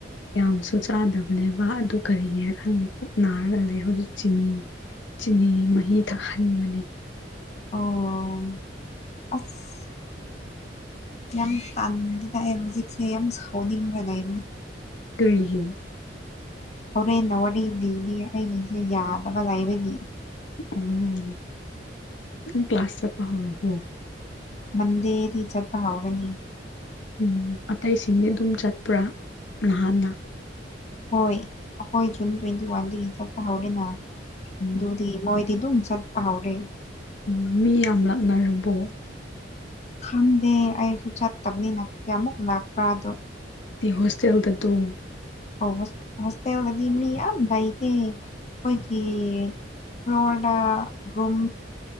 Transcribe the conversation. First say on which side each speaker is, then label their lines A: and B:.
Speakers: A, on the left; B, on the left.
A: ꯌꯥꯝꯁꯨ ꯆꯥꯗꯕꯅꯦꯕ ꯑꯗꯨ ꯀꯔꯤꯒꯤꯔ ꯈꯪꯗꯦ ꯄꯨꯛ ꯅꯥꯔꯒ ꯂꯩ ꯍꯧꯖꯤꯛ ꯆꯤꯅꯤ ꯆꯤꯅꯤ ꯃꯍꯤ ꯊꯛꯍꯟꯕꯅꯤ
B: ꯑꯣ ꯑꯁ ꯌꯥꯝ ꯄꯥꯝꯗꯦꯗ ꯑꯩ ꯍꯧꯖꯤꯛꯁꯦ ꯌꯥꯝ ꯁꯥꯎꯅꯤꯡꯔ ꯂꯩꯕ
A: ꯀꯔꯤꯒꯤ
B: ꯍꯣꯔꯦꯟꯅ ꯋꯥꯔꯤ ꯂꯤꯕꯤꯒꯦ ꯑꯩꯒꯤꯁꯦ ꯌꯥꯗꯕ ꯂꯩꯕꯒꯤ
A: ꯑꯣ ꯀ꯭ꯂꯥꯁ ꯆꯠꯄꯥ ꯍꯧꯔꯕꯣ
B: ꯃꯟꯗꯦꯗꯤ ꯆꯠꯄ ꯍꯧꯒꯅꯤ
A: ꯎꯝ ꯑꯇꯩꯁꯤꯡꯗꯤ ꯑꯗꯨꯝ ꯆꯠꯄ꯭ꯔꯥ ꯅꯍꯥꯟꯅ
B: ꯍꯣꯏ ꯑꯩꯈꯣꯏ ꯖꯨꯟ ꯇ꯭ꯋꯦꯟꯇꯤ ꯋꯥꯟꯗꯒꯤ ꯆꯠꯄ ꯍꯧꯔꯦꯅ ꯑꯗꯨꯗꯒꯤ
A: ꯎꯝ
B: ꯃꯣꯏ ꯗꯤ ꯑꯗꯨꯝ ꯆꯠꯄ ꯍꯧꯔꯦ
A: ꯎꯝ ꯃꯤ ꯌꯥꯝ ꯂꯥꯛꯅꯔꯕꯣ
B: ꯈꯪꯗꯦ ꯑꯩꯁꯨ ꯆꯠꯇꯕꯅꯤꯅ ꯀꯌꯥꯃꯨꯛ ꯂꯥꯛꯄ꯭ꯔꯥꯗꯣ
A: ꯍꯣꯁꯇꯦꯜꯗ ꯑꯗꯨꯝ
B: ꯑꯥꯎ ꯍꯣꯁ ꯍꯣꯁꯇꯦꯜꯗꯗꯤ ꯃꯤ ꯌꯥꯝ ꯂꯩꯇꯦ ꯑꯩꯈꯣꯏꯒꯤ ꯐ꯭ꯂꯣꯔꯗꯥ ꯒ꯭ꯔꯣꯝ